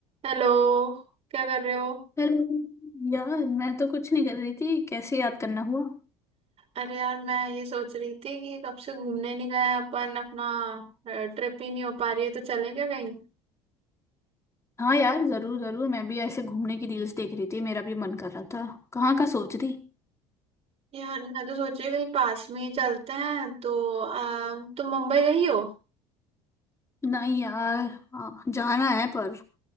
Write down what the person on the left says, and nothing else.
Hello यार मैं तो कुछ नहीं कर रही थी कैसे याद करना हुआ
हाँ यार जरूर जरूर मैं भी ऐसे घूमने की रील्स देख रही थी मेरा भी मन कर रहा था कहाँ का सोच रही
नहीं यार हाँ, जाना है पर